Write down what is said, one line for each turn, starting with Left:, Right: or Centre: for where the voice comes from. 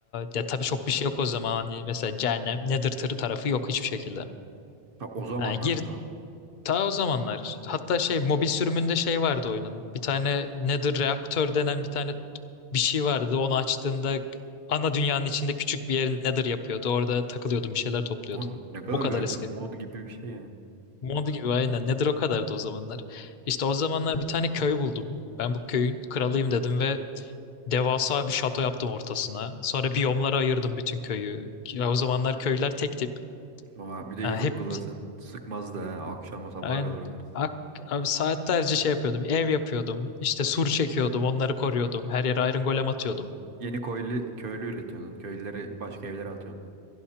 Left: ya tabii çok bir şey yok o zaman hani mesela cehennem Nether tırı tarafı yok hiçbir şekilde.
Right: Ha, o zamanlar
Left: Yani gir
Right: ta.
Left: ta o zamanlar. Hatta şey mobil sürümünde şey vardı oyunun. Bir tane Nether reaktör denen bir tane bir şey vardı. Onu açtığında ana dünyanın içinde küçük bir yer Nether yapıyordu. Orada takılıyordun bir şeyler topluyordun.
Right: On ne kadar
Left: O kadar
Right: garip
Left: eski.
Right: lan mod gibi bir şey yani.
Left: Mod gibi aynen. Nedir o kadardı o zamanlar. İşte o zamanlar bir tane köy buldum. Ben bu köyün kralıyım dedim ve devasa bir şato yaptım ortasına. Sonra biyomlara ayırdım bütün köyü. Ya o zamanlar köyler tek tip.
Right: Oha, bir de
Left: Ha,
Right: iyi Google'lasın
Left: hep
Right: sıkmaz da ha. Akşama sabaha
Left: yani
Right: kadar oynarız.
Left: ak, abi saatlerce şey yapıyordum. Ev yapıyordum. İşte sur çekiyordum. Onları koruyordum. Her yere iron golem atıyordum.
Right: Yeni köylü, köylü üretiyordun. Köylüleri başka evlere atıyordun.